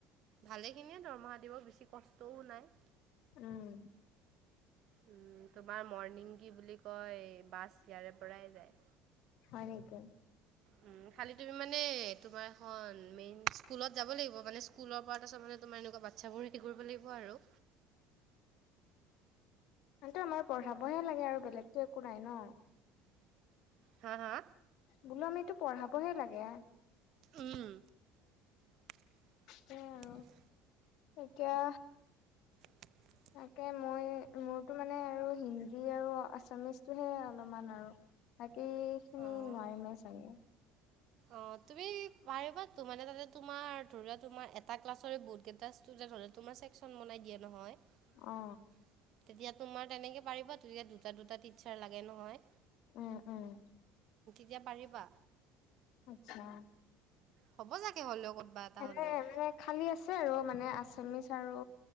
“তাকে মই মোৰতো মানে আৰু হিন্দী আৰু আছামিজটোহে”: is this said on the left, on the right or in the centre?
Left